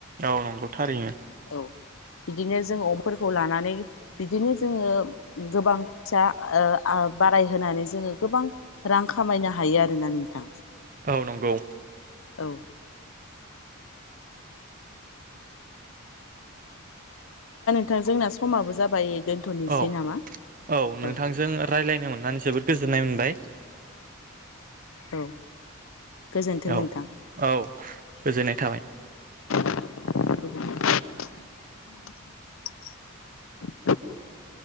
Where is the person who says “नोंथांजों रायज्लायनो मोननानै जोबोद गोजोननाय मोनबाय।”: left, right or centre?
Right